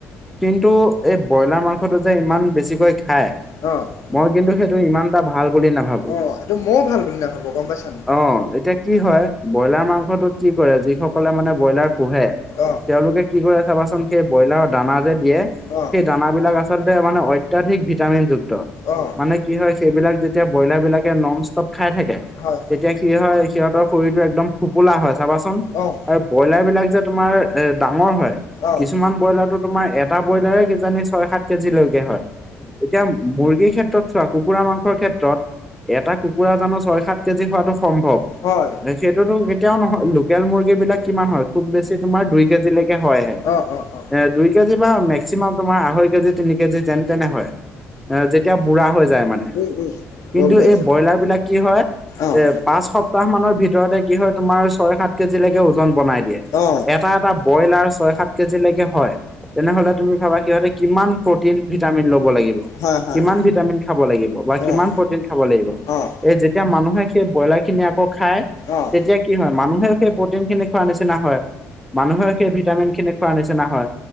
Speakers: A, in the centre; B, on the left.
A: কিন্তু এই ব্ৰইলাৰ মাংসটো যে ইমান বেছিকৈ খায়
B: অ',
A: মই কিন্তু সেইটো ইমান এটা ভাল বুলি নাভাব-
B: অ এইটো ময়ো ভাল বুলি নাভাবো গম পাইছা নাই।
A: অ', এতিয়া কি হয় ব্ৰইলাৰ মাংসটোত কি কৰে যিসকলে মানে ব্ৰইলাৰ পোহে।
B: অ',
A: তেওঁলোকে কি কৰে চাবাচোন সেই ব্ৰইলাৰৰ দানা যে দিয়ে
B: অ',
A: সেই দানাবিলাক আচলতে মানে অত্যাধিক ভিটামিন যুক্ত।
B: অ',
A: মানে কি হয় সেইবিলাক যেতিয়া ব্ৰইলাৰ বিলাকে নন ষ্টপ খাই থাকে
B: হয়, হয়,
A: তেতিয়া কি হয় সিহঁতৰ শৰীৰটো একদম ফোপোলা হয় চাবাচোন?
B: অ',
A: এ ব্ৰইলাৰ বিলাক যে তোমাৰ এ ডাঙৰ হয়।
B: অ', অ', অ',
A: কিছুমান ব্ৰইলাৰটো তোমাৰ এটা ব্ৰইলাৰে কিজানি ছয় সাত কেজিলৈকে হয়। এতিয়া মুৰ্গীৰ ক্ষেত্ৰত চোৱা, কুকুৰা মাংসৰ ক্ষেত- ত্ৰত এটা কুকুৰা জানো ছয় সাত কেজি হোৱাটো সম্ভৱ।
B: হয়, হয়,
A: সেইটোতো কেতিয়াও নহয় লোকেল মুৰ্গীবিলাক কিমান হয় খুব বেছি তোমাৰ দুই কেজিলৈকে হয়হে।
B: অ', অ', অ',
A: এ দুই কেজি বা মেক্সিমাম তোমাৰ আঢ়ৈ কেজি তিনি কেজি যেন তেনে হয়। এ যেতিয়া বুঢ়া হৈ যায় মানে।
B: উম, উম,
A: কিন্তু
B: গম পাইছোঁ।
A: এই ব্ৰইলাৰবিলাক কি হয়
B: অ',
A: এ পাঁচ সপ্তাহ মানৰ ভিতৰতে কি হয় তোমাৰ ছয় সাত কেজিলৈকে ওজন বনাই দিয়ে।
B: অ',
A: এটা এটা ব্ৰইলাৰ ছয় সাত কেজিলৈকে হয়। তেনেহলে তুমি ভাবা সিহঁতে কিমান প্ৰটিন ভিটামিন লব লাগিব।
B: হয়, হয়,
A: কিমান ভিটামিন খাব লাগিব বা কিমান
B: অ',
A: প্ৰটিন খাব লাগিব?
B: অ', অ',
A: এ যেতিয়া মানুহে সেই ব্ৰইলাৰ খিনি আকৌ খায়।
B: অ',
A: তেতিয়া কি হয় মানুহেও সেই প্ৰটিন খিনি খোৱাৰ নিচিনা হয়। মানুহে সেই ভিটামিন খিনি খোৱা নিচিনা হয়।